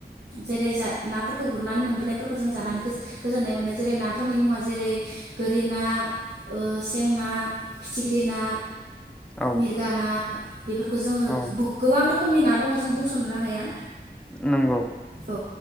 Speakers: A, on the right; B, in the centre.
A: जेरै जा नाफोरखौ गुरनानै मोनबोनायफोरखौ जों जानानै गोजोननाय मोनो जेरै नाफोरनि मुङा जेरै गोरि ना सें ना फिथिख्रि ना
B: औ
A: मिरगाना बेफोरखौ जोङो
B: औ
A: गोबां रोखोमनि रोखोमनि ना दङ जों बुंस'नोनो हाया।
B: नंगौ।
A: औ